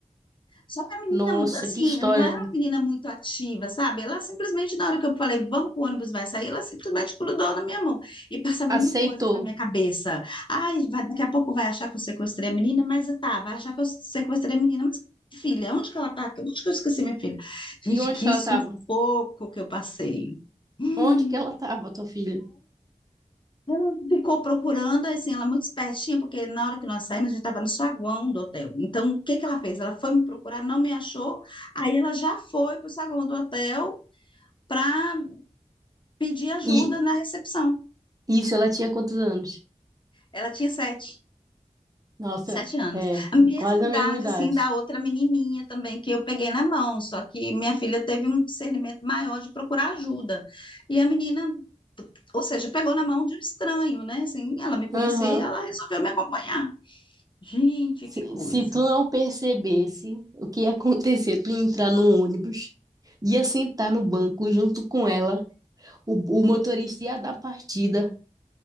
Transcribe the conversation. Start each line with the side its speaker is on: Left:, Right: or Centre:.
Left: Só que a menina,
Right: Nossa,
Left: assim,
Right: que história.
Left: não era
Right: Lu.
Left: uma menina muito ativa, sabe? Ela simplesmente, na hora que eu falei, vamos pro ônibus, vai sair, ela simplesmente grudou na minha mão e passava mil
Right: Aceitou.
Left: coisas na minha cabeça. Ai, vai- daqui a pouco vai achar que eu sequestrei a menina, mas tá, vai achar que eu sequestrei a menina, mas filha, onde que ela tá? Onde que eu esqueci minha filha? Gente,
Right: E onde
Left: que
Right: que ela
Left: sufoco
Right: tava?
Left: que eu passei. Hum,
Right: Onde que ela tava, tua filha?
Left: ela ficou procurando, assim, ela muito espertinha, porque na hora que nós saímos, a gente estava no saguão do hotel. Então, o que que ela fez? Ela foi me procurar, não me achou. Aí ela já foi para o saguão do hotel para pedir ajuda
Right: E
Left: na recepção.
Right: isso, ela tinha quantos anos?
Left: Ela tinha sete,
Right: Nossa,
Left: sete anos.
Right: é,
Left: A mesma
Right: quase a
Left: idade,
Right: mesma idade.
Left: assim, da outra menininha também, que eu peguei na mão. Só que minha filha teve um discernimento maior de procurar ajuda. E a menina, ou seja, pegou na mão de um estranho, né? Assim, ela me conhecia
Right: Aham.
Left: e ela resolveu me acompanhar. Gente,
Right: Se,
Left: que coisa.
Right: se tu não percebesse o que ia acontecer, tu ia entrar no ônibus, ia sentar no banco junto com ela, o, o motorista ia dar partida.